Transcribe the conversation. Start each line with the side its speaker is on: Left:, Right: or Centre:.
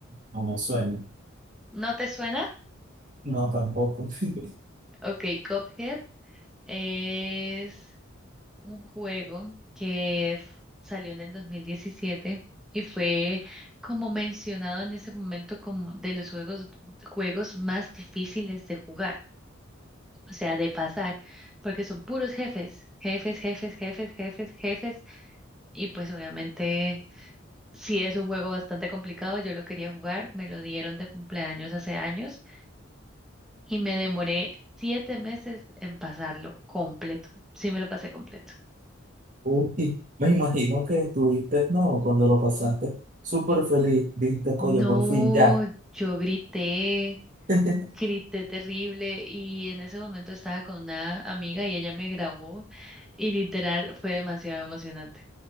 Right: no me suena.
Centre: ¿No te suena?
Right: No, tampoco. <laughs>
Centre: Okay, Cuphead es un juego que f- salió en el 2017 y fue como mencionado en ese momento como de los juegos, juegos más difíciles de jugar, o sea, de pasar, porque son puros jefes, jefes, jefes, jefes, jefes, jefes, y pues obviamente si es un juego bastante complicado, yo lo quería jugar, me lo dieron de cumpleaños hace años y me demoré siete meses en pasarlo completo, sí me lo pasé completo.
Right: Uy, <laughs> me imagino que estuviste, no, cuando lo pasaste, súper feliz, dijiste, coño,
Centre: No,
Right: por fin, ya.
Centre: yo grité,
Right: <laughs>
Centre: grité terrible y en ese momento estaba con una amiga y ella me grabó y literal fue demasiado emocionante.